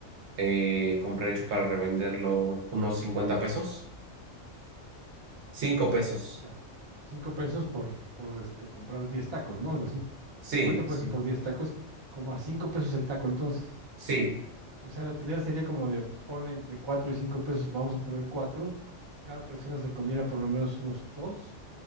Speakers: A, on the right; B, on the right.
A: eh, compré hecho para revenderlo unos 50 pesos. cinco pesos.
B: Ya, cinco pesos por, por este, comprar 10 tacos, ¿no? Algo así.
A: Sí,
B: 50 pesos
A: sí,
B: por 10 tacos, como a 5 pesos el taco entonces.
A: sí.
B: O sea, la utilidad sería como de ponle entre 4 y 5 pesos, vamos a poner 4. cada persona se comiera por lo menos unos 2.